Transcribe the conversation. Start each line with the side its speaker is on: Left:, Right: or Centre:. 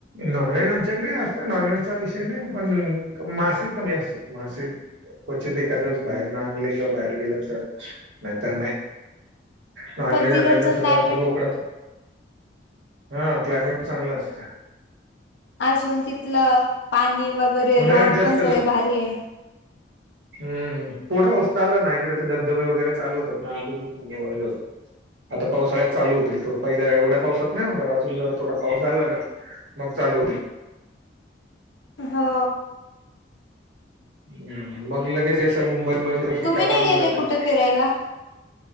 Right: नॉनव्हेज आमच्याकडे असत नॉनव्हेज चा विषय नाही, पण मासे कमी असतात मासे. क्वचित एका दिवस बाहेर न आणले किंवा बाहेर गेल तर नाहीतर नाही. नॉनव्हेज
Left: पण तिकडचं
Right: आणायचं अस आपलं
Left: क्लायमेट
Right: बोकड हा क्लायमेट चांगलं असतं.
Left: अजून तिथलं पाणी. वगैरे
Right: उन्हाळ्यात
Left: रोड
Right: जास्त
Left: पण सगळे
Right: ग
Left: भारी आहे.
Right: हम्म थोडा हस चाला ना इकडे ते धबधबे वगैरे चालू होतात ना अजून होत. आता पावसाळ्यात चालू होतील पहिल्या एवढ्या पावसात नाही होणार, अजून जर थोडा पाऊस झाला ना. मग चालू होती.
Left: हा.
Right: हम्म मग लगेच सर मुंबई मुंबईच्या सुट्ट्या
Left: तुम्ही नाही
Right: काढून
Left: गेले
Right: इकडेच येतात.
Left: कुठे फिरायला